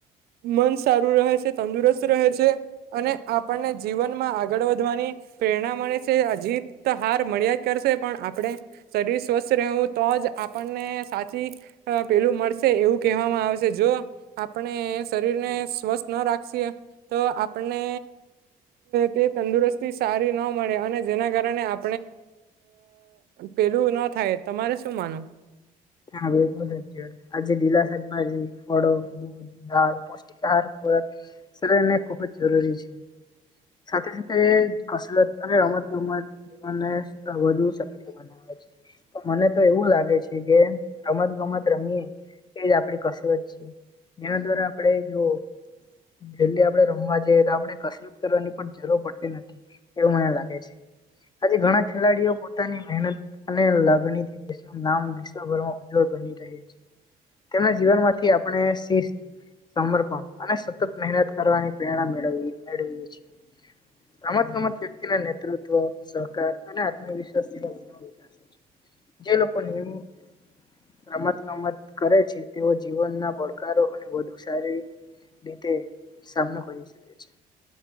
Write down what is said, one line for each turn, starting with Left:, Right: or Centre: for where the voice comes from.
Right: મન સારું રહે છે તંદુરસ્ત રહે છે. અને આપણને જીવનમાં આગળ વધવાની પ્રેરણા મળે છે અજીત તો હાર મળ્યા જ કરશે પણ આપણે શરીર સ્વસ્થ રહેવું તો જ આપણને સાચી પેલું મળશે એવું કહેવામાં આવશે જો આપણે શરીર ને સ્વસ્થ ના રાખશ તો આપને તે તંદુરસ્તી સારી ન મળે અને જેના કારણે આપણે અ પેલું ન થાય તમારે શું માનુ
Left: હા બલકુલ સાહેબ આ લલા સાહેબમાંડો આહાર પૌષ્ટિક આહાર શરીર ને ખુબ જ જરૂરી છે. સાથે સાથે કસરત અને રમત ગમત જીવનને વધુ સક્રિય બનાવે છે પણ મને તો એવું લાગે છે. કે રમત ગમત રમીએ એજ આપડી કસરત છે. એના દ્વારા આપડે જો. ડેલી આપડે રમવા જઈએ તો આપડણે કસરત કરવાની પણ જરૂર પડતી નથી એવું મને લાગે છે. આજ ઘણા ખેલાડીઓ પોતાની મહેનત અને લાગણી થી દેશનું નામ તેમના જીવન માંથી આપણે સિસ્થ. સમર્પણ અને સતત મહેનત કરવાની પ્રેરણા મેળવી મેળવીએ છીએ. રમત ગમત વ્યક્તિના નેતૃત્વ સહકાર અને આત્મવિશ્વાસ જેવા. છે. જે લોકોને એવું. રમત ગમત કરે છે તેઓ જીવનના પડકારો અને વધુ શારીરિક રીતે સામનો કરી શકે છે.